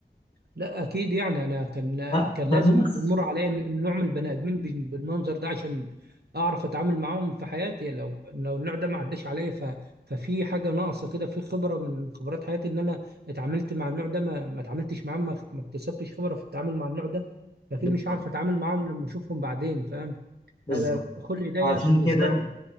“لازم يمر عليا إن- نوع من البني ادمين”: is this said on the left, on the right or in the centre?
Right